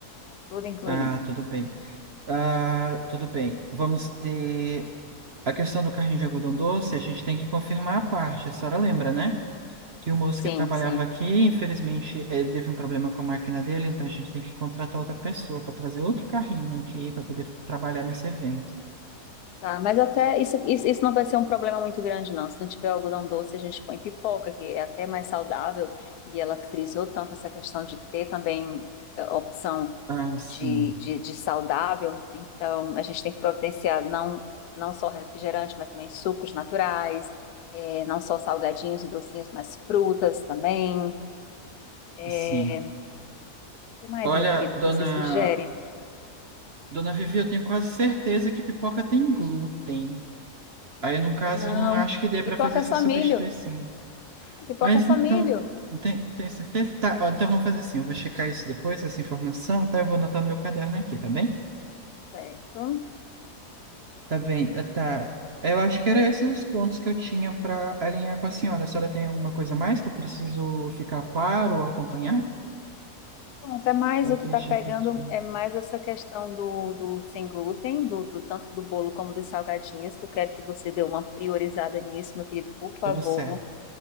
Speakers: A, on the left; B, on the right.
A: tá tudo incluído.
B: Ah, tudo bem. Ah, tudo bem. Vamos ter a questão do carrinho de algodão doce. A gente tem que confirmar a parte. A senhora lembra, né? Que o moço
A: Sim,
B: que trabalhava
A: sim.
B: aqui, infelizmente, ele teve um problema com a máquina dele, então a gente tem que contratar outra pessoa para trazer outro carrinho aqui para poder trabalhar nesse evento.
A: Tá, mas até isso, isso, isso não vai ser um problema muito grande, não. Se não tiver algodão doce, a gente põe pipoca, que é até mais saudável. E ela frisou tanto essa questão de ter também é, opção
B: Ah, sim,
A: de, de, de saudável. Então, a gente tem que providenciar não, não só refrigerante, mas também sucos naturais, é, não só salgadinhos e docinhos, mas frutas também. É,
B: sim.
A: o que mais,
B: Olha,
A: meu querido,
B: dona,
A: que vocês sugerem?
B: dona Vivi, eu tenho quase certeza que pipoca tem glúten. Aí, no caso,
A: Não,
B: eu não acho que dê para
A: pipoca
B: fazer essa
A: é só
B: substituição.
A: milho. Pipoca
B: Mas
A: é só
B: então,
A: milho.
B: tem, tem certeza? Tá, ó, então vamos fazer assim, eu vou checar isso depois, essa informação, tá? Eu vou anotar no meu caderno aqui, tá bem?
A: Certo.
B: Tá bem, eh, tá. Eu acho que era esses os pontos que eu tinha para alinhar com a senhora. A senhora tem alguma coisa mais que eu preciso ficar claro ou acompanhar?
A: Até mais
B: Eu acredito
A: o que está pegando
B: que
A: é mais essa questão do, do sem glúten, do, do tanto do bolo como dos salgadinhos, que eu quero que você dê uma priorizada nisso, meu querido, por favor.
B: tudo certo.